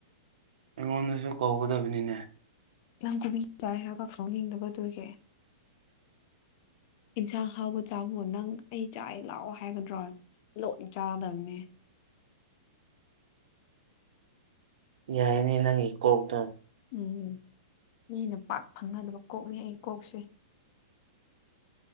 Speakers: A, on the right (about 75°); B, on the left (about 40°).
A: ꯑꯩꯉꯣꯟꯗꯁꯨ ꯀꯧꯒꯗꯕꯅꯤꯅꯦ
B: ꯌꯥꯝ <unintelligible> ꯆꯥꯏ ꯍꯥꯏꯕ ꯀꯧꯅꯤꯡꯗꯕ ꯗꯨꯒꯤ
A: <inaudible>
B: ꯏꯟꯁꯥꯡ ꯍꯥꯎꯕ ꯆꯥꯕꯕꯨ ꯅꯪ ꯑꯩ ꯆꯥꯢꯌꯦ ꯂꯥꯛꯑꯣ ꯍꯥꯏꯒꯗ꯭ꯔꯣ ꯂꯣꯟ ꯆꯥꯗꯕꯅꯦ
A: ꯌꯥꯏꯅꯦ ꯅꯪꯒꯤ ꯀꯣꯛꯇ
B: ꯎꯝ ꯃꯤꯅ ꯄꯥꯛ ꯐꯪꯅꯗꯕ ꯀꯣꯛꯅꯦ ꯑꯩ ꯀꯣꯛꯁꯦ